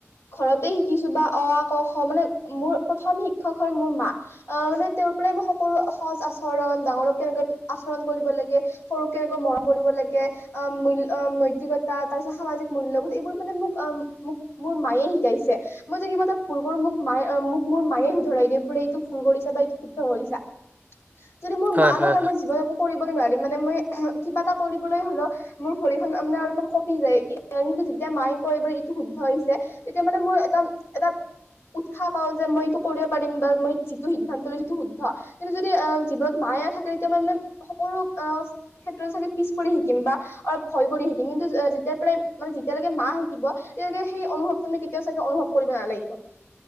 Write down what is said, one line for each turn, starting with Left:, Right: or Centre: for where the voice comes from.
Left: ঘৰতে শিকিছো বা অ, ক, খ মানে মোৰ প্ৰথম শিক্ষক হ'ল মোৰ মা। অ' মানে তেওঁৰ পৰাই মই সকলো সচ- আচৰণ ডাঙৰক কেনেকৈ আচৰণ কৰিব লাগে। সৰুক কেনেকৈ মৰম কৰিব লাগে অ' মূল্য নৈতিকতা তাৰ পিছত সামাজিক মূল্যবোধ এইবোৰ মানে মোক অ' মোক মোৰ মায়ে শিকাইছে। মই যে কিবা এটা ভুল কৰো মোক মোক-মোক মোৰ মায়ে শুধৰাই দিয়ে বোৰে এইবোৰ- এইটো। ভূল কৰিছা বা এইটো শুদ্ধ কৰিছা। যদি মোৰ
Right: হয়
Left: মা
Right: হয়
Left: নহয়
Right: হয়
Left: মই জীৱনকো কৰিব নোৱাৰিম মানে মই। কিবা এটা কৰিবলৈ হ'লেও মোৰ ভৰিখন মানে অলপমান কঁপি যায়। কিন্তু যেতিয়া মায়ে কয় যে এইটো শুদ্ধ আহিছে। তেতিয়া মানে মই এটা এটা উৎসাহ পাওঁ যে মই এইটো কৰিব পাৰিম বা মই যিটো সিদ্ধান্ত লৈছো সিটো শুদ্ধ। কিন্তু যদি আ'হ জীৱনত মায়ে নাথাকে। তেতিয়া মই মানে সকলো আ'হ ক্ষেত্ৰতে চাগে পিছ পৰি থাকিম বা অলপ ভয় কৰি থাকিম। কিন্তু যেতিয়াৰ পৰাই মানে যেতিয়ালৈকে মা থাকিব তেতিয়ালৈকে সেই অনুভৱ তুমি কেতিয়াও চাগে অনুভৱ কৰিব নালাগিব।